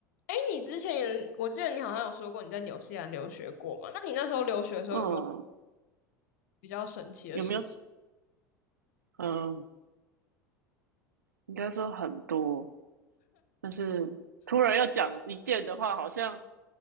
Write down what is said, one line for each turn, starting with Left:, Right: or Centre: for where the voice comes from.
Left: 哎，你之前也，我记得你好像有说过你在纽西兰留学过嘛？那你那时候留学的时候有没有
Right: 嗯，
Left: 比较神奇的事情？
Right: 有没有？嗯，应该说很多，但是突然要讲一件的话，好像